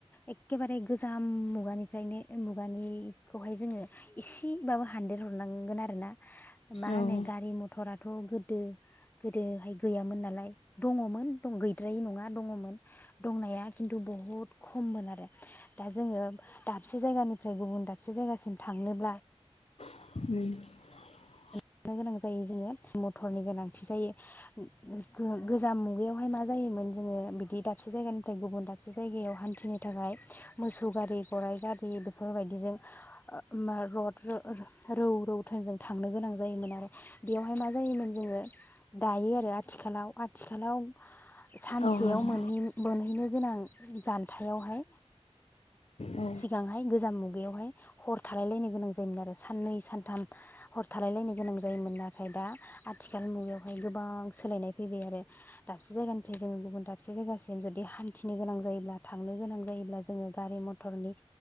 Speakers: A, on the left; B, on the left.
A: एखे बारे गोजाम मुगानिफ्रायनो मुगानि खौहाय जोंङो इसे बाबो हानदेर हरनांगोन आरोना मा
B: औ
A: होनो
B: उम
A: गारि मथराथ' गोद दो गोद दोहाय गैयामोन नालाय दंङमोन दं गैद्राय नंङा दङमोन दंनाया खिन्थु बुहुद खममोन आरो दा जोंङो दाबसे जायगानि ओमफ्राय गुबुन दाबसे जायगासिम थांनोब्ला
B: उम
A: लानो गोनां जायो जोंङो मटरनि गोनांथि जायो गोजाम मुगायावहाय मा जायोमोन जोंङो बिदि दाबसे जायगानिफ्राय गुबुन दाबसे जायगायाव हान्थिनो थाखाय मोसौ गारि गराइ गारि बेफोरबायदिजों ओ रड रौ रौ थोन जों थांनो गोनां जायोमोन‌ आरो बेयावहाय मा जायोमोन जोंङो दायो आरो आथिखालाव आथिखालाव सानसेयाव
B: औ नोंथां
A: मोनहै बोनहैनो गोनां जान्थायावहाय
B: औ
A: सिगांहाय गोजाम मुगायावहाय हर थालाय लायनो गोनां जायोमोन आरो साननै सानथाम हर थालायलाय गोनां जायोमोन नाथाय दा आथिखाल मुगायावहाय गोबां सोलायनाय फैबाय आरो दाबसे जायगानिफ्राय जोंङो गुबुन दाबसे जायगासिम जुदि हान्थिनो गोनां जायोब्ला थांनो गोनां जायोब्ला जोंङो गारि मथरनि